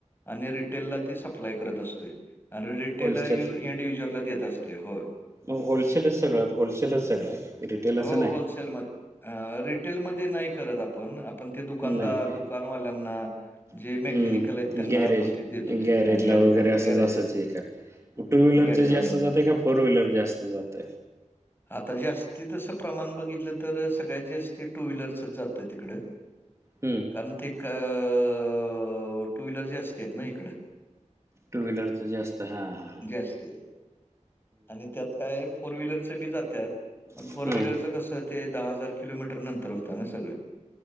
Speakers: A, on the left; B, on the right.
A: आणि रिटेलला ते सप्लाय करत असतते आणि रिटेल
B: होलसेल
A: यू एड युजरला देत असते होय
B: मग होलसेलच सगळं होलसेलच सगळं आहे रिटेल असं
A: हो
B: नाही
A: होलसेलमध्ये रिटेलमध्ये नाही करत आपण आपण ते दुकानदार
B: नाही काय
A: दुकानवाल्यांना जे
B: हम्म.
A: मेकनिकल आहेत त्यांना
B: गॅरेज
A: आपण देतो ते
B: गॅरेजला
A: गॅरेजवाल
B: वगैरे असंंच
A: गॅरेजवाल
B: एक टू व्हीलरच
A: गॅरेजवाल्यांना
B: जास्त जातेय का फोर व्हीलर जास्त जातय.
A: आता जास्त ती तसं प्रमाण बघितलं तर सगळ्यात जास्त टू व्हीलरसच जातं तिकडं.
B: हम्म.
A: कारण ते कअ अ अ अ अ अ अ अ टू व्हीलर जास्ती आहेत ना इकडं.
B: टू व्हीलर तर जास्त हा हा.
A: जास्ती आहे. आणि त्यात काय फोर व्हीलरच बी जातात. पण
B: ते
A: फोर व्हीलरचं
B: हां
A: कसं ते दहा हजार किलोमीटर नंतर होत ना सगळे.